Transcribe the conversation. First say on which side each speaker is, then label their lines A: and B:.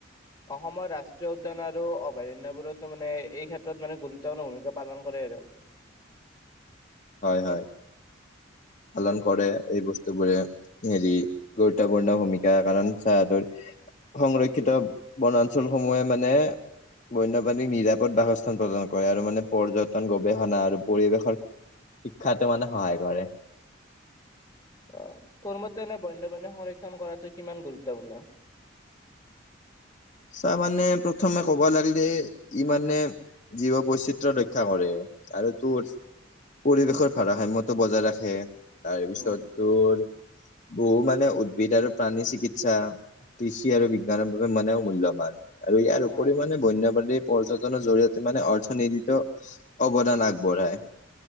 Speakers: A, on the left (about 15°); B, on the left (about 40°).
A: অসমৰ ৰাষ্ট্ৰীয় উদ্যান আৰু অভয়াৰণ্যবোৰতো মানে এই ক্ষেত্ৰত মানে গুৰুত্বপূৰ্ণ ভূমিকা পালন কৰে আৰু।
B: হয়, হয়। পালন কৰে এই বস্তুবোৰে হেৰি, গুৰুত্বপূৰ্ণ ভূমিকা কাৰণ চা তোৰ সংৰক্ষিত বনাঞ্চলসমূহে মানে বন্যপ্ৰাণীক নিৰাপদ বাসস্থান প্ৰদান কৰে আৰু মানে পৰ্যটন গৱেষণা আৰু পৰিৱেশৰ শিক্ষাটো মানে সহায় কৰে।
A: অ', তোৰ মতে এনে বন্য সংৰক্ষণ কৰাটো কিমান গুৰুত্বপূৰ্ণ?
B: ছাৰ মানে প্ৰথমে কবা লাগিলে ই মানে জীৱ বৈচিত্ৰ ৰক্ষা কৰে আৰু তোৰ পৰিৱেশৰ ভাৰাসাম্যতো বজাই ৰাখে। তাৰপিছত
A: উম,
B: তোৰ বহু মানে উদ্ভিদ আৰু প্ৰাণী চিকিৎসা কৃষি আৰু বিজ্ঞানৰ বাবে মানে মূল্যবান আৰু ইয়াৰ উপৰি
A: অ',
B: মানে বন্যপাণী পৰ্যটনৰ জৰিয়তে মানে অৰ্থনীতিতটো অৱদান আগবঢ়ায়।